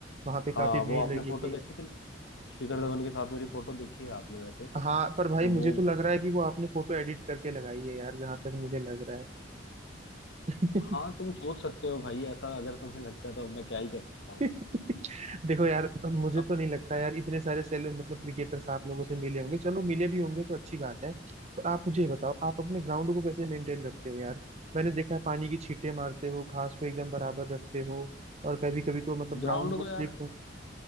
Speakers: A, on the right (about 35°); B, on the left (about 75°).
A: वहां पे
B: हाँ
A: काफी
B: वो
A: भीड़
B: आपने
A: लगी
B: फोटो
A: थी
B: देखी थी ना शिखर धवन के साथ मेरी फोटो देखी है आपने वैसे
A: हाँ पर
B: तो
A: भाई मुझे
B: वो
A: तो लग रहा है कि वो आपने फोटो एडिट करके लगाई है यार जहां तक मुझे लग रहा है <laughs>
B: हाँ तुम सोच सकते हो भाई ऐसा अगर तुम्हें लगता है तो अब मैं क्या ही कर सकता हूँ
A: <laughs> देखो यार मुझे
B: अब
A: तो नहीं लगता यार इतने सारे सेल मतलब क्रिकेटर्स आप लोगों से मिले होंगे चलो मिले भी होंगे तो अच्छी बात है पर आप मुझे ये बताओ आप अपने ग्राउंड को कैसे मेंटेन रखते हो यार मैंने देखा है पानी की छींटे मारते हो घास को एकदम बराबर रखते हो और कभी कभी तो मतलब ग्राउंड
B: ग्राउंड
A: को
B: को
A: स्लिप
B: यार